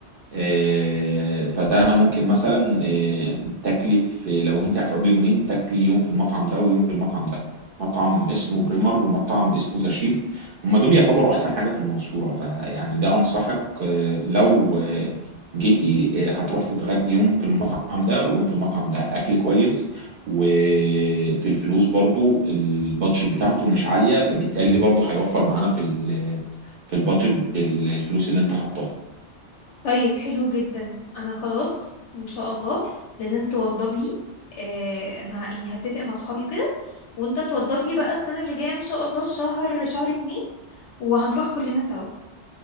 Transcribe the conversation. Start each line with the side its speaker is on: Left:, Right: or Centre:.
Right: آه، فده انا ممكن مثلا آه، تكلف آه، لو انت هتقعدي يومين تاكلي يوم في المطعم ده ويوم في المطعم ده مطعم اسمه بريمر ومطعم اسمه ذا شيف هما دول يعتبروا احسن حاجة في المنصورة فيعني ده انصحك آه، لو آه، جيتي آه، هتروحي تتغدي يوم في المطعم ده ويوم في المطعم ده اكل كويس وفي الفلوس برضو البادجت بتاعته مش عالية فبالتالي برضو هيوفر معانا في ال- في البادجت الفلوس اللي انت حطاها
Left: طيب حلو جدا انا خلاص ان شاء الله لازم توضب لي آه، انا ه- يعني هتفق مع صحابي وكده وانت توضب لي بقى السنة اللي جاية ان شاء الله الشهر شهر اتنين وهنروح كلنا سوا